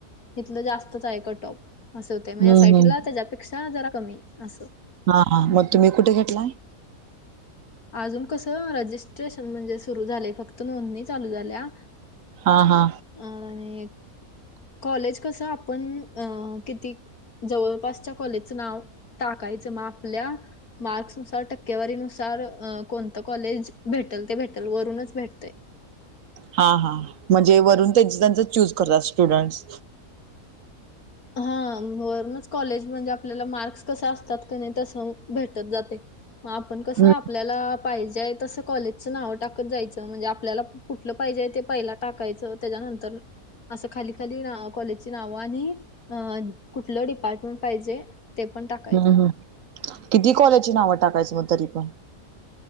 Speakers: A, on the left; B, on the right.
A: जरा जास्तच आहे कटॉप. असं होते
B: हम्म
A: म्हण एस आय
B: हम्म
A: टी ला त्याच्यापेक्षा जरा कमी असं.
B: हा हा मग तुम्ही कुठे घेतला?
A: अजून कसं रजिस्ट्रेशन म्हणजे सुरू झाले फक्त नोंदणी चालू झाल्या.
B: हा. हा.
A: अ <unintelligible> कॉलेज कसं आपण अ किती जवळपासच्या कॉलेजचं नाव टाकायचं मग आपल्या मार्क्स च्या टक्केवारीनुसार कोणतं कॉलेज भेटेल ते भेटेल वरूनच भेटतय.
B: हा हा म्हणजे वरून त्यांच त्यांच चूज करतात स्टुडंट्स.
A: हा वरूनच कॉलेज म्हणजे आपल्याल मार्क्स कस असतात कणी भेटत जातय आपण कसं
B: हम्म
A: आपल्याला पाहिजे तसं कॉलेजचं नाव टाकत जायचं म्हणजे आपल्याला कुठलं पाहिजेय ते पहिला टाकायचं त्याच्यानंतर असं खाली खाली कॉलेजची नाव आणि अ कुठलं डिपार्टमेंट पाहिजे? ते पण टाका
B: हम् हम् किती कॉलेजची नावं टाकायचं मग तरी पण